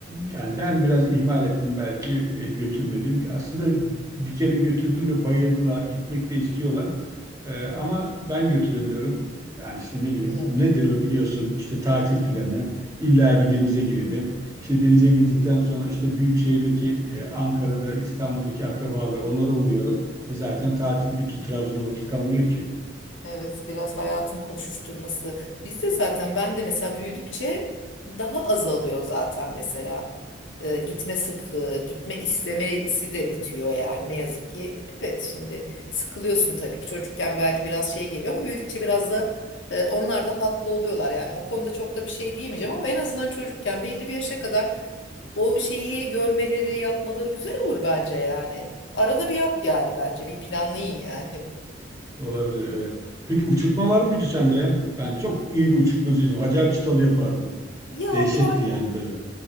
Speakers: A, on the right; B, on the left.
A: yani ben biraz ihmal ettim belki e, götürmedim. Aslında bir kere götürdüm ve bayıldılar. Gitmek de istiyorlar. Ee, ama ben götüremiyorum. Yani işte ne bileyim
B: Hmm.
A: nedir o biliyorsun işte tatil planı illa bir denize girelim. İşte denize girdikten sonra işte büyük şehirdeki e, Ankara'da İstanbul'daki akrabalar onlara uğrayalım. E zaten tatil bitti. Trabzon'a vakit kalmıyor ki.
B: Evet biraz hayatın koşuşturması. Bizde zaten ben de mesela büyüdükçe daha azalıyor zaten mesela. Ee, gitme sıklığı, gitme istemesi de bitiyor yani ne yazık ki. Evet şimdi sıkılıyorsun tabii ki. Çocukken belki biraz şey geliyor ama büyüdükçe biraz da e, onlar da haklı oluyorlar. Yani o konuda çok da bir şey diyemeyeceğim ama en azından çocukken belli bir yaşa kadar o şeyi görmeleri, yapmaları güzel olur bence yani. Arada bir yap yani bence. Bir planlayın yani. <laughs>
A: Olabilir evet. Peki uçurtma var mıydı sende ya? Ben çok iyi bir uçurtmacıydım. Acayip çıtalı yapardım.
B: Ya
A: Dehşetti
B: bir
A: yani böyle.